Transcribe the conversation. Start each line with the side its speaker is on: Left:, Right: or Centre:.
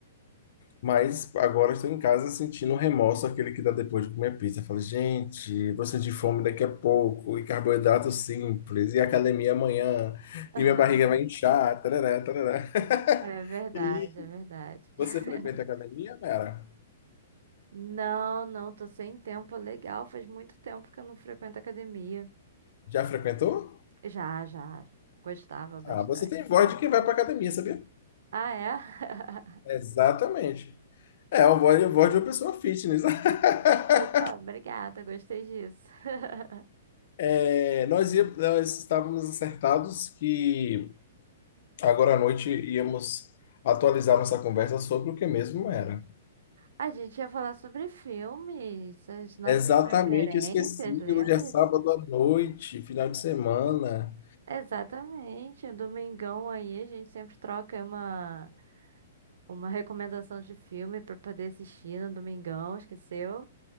Left: Mas agora estou em casa sentindo o remorso, aquele que dá depois de comer pizza. Eu Falo, gente, vou sentir fome daqui a pouco, e carboidrato simples, e academia amanhã,
Right: <laughs>
Left: e minha barriga vai inchar, tarará, tarará. <laughs>
Right: É verdade,
Left: E
Right: é verdade.
Left: você
Right: <laughs>
Left: frequenta academia, Mara?
Right: Não, não, tô sem tempo, legal. Faz muito tempo que eu não frequento academia.
Left: Já frequentou?
Right: Já, já, gostava bastante.
Left: Ah, você tem voz de quem vai para academia, sabia?
Right: Ah, é? <laughs>
Left: Exatamente. É, a voz, a voz de uma pessoa fitness. <laughs>
Right: Opa, obrigada, gostei disso. <laughs>
Left: É, nós, ia- nós estávamos acertados que Agora à noite íamos atualizar nossa conversa sobre o que mesmo era.
Right: A gente ia falar sobre filmes, as nossas
Left: Exatamente,
Right: preferências,
Left: eu esqueci.
Right: lembra?
Left: Hoje é sábado à noite, final de semana.
Right: Exatamente. O domingão aí, a gente sempre troca uma, uma recomendação de filme pra poder assistir no domingão, esqueceu?